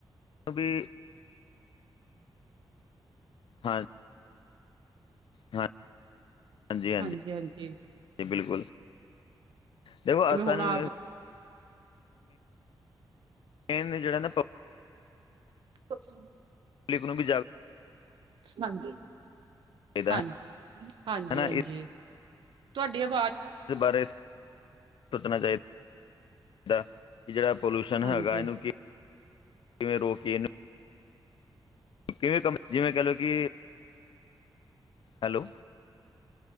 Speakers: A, on the left; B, on the right.
A: ਵੀ ਹਾਂ ਹਾਂ ਹਾਂਜੀ, ਹਾਂਜੀ
B: ਹਾਂਜੀ-ਹਾਂਜੀ
A: ਬਿਲਕੁਲ ਦੇਖੋ ਐਸਾ
B: ਜਿਵੇਂ ਹੁਣ
A: ਨ
B: ਆ
A: ਨ ਜਿਹੜਾ <unintelligible>
B: <unintelligible> <unintelligible>
A: ਲਿਕ ਨੂੰ ਵੀ ਜਾਵੇ। <unintelligible>
B: ਹਾਂਜੀ।
A: ਚਾਹੀਦਾ
B: ਹਾਂਜੀ,
A: ਹੈ
B: ਹਾਂਜੀ,
A: ਹਨਾ
B: ਹਾਂਜੀ। ਤੁਹਾਡੀ ਆਵਾਜ਼
A: ਇਸ ਬਾਰੇ, ਸੋਚਣਾ ਚਾਹੀਦਾ। ਕਿ ਜਿਹੜਾ ਪੋਲਿਊਸ਼ਨ ਹੈਗਾ,
B: ਹਾਂਜੀ।
A: ਇਹਨੂੰ ਕਿਵੇਂ ਰੋਕਏ ਇਹਨੂੰ ਕਿਵੇਂ ਕੰਮ, ਜਿਵੇਂ ਕਹਿ ਲਓ ਕਿ ਹੈਲੋ।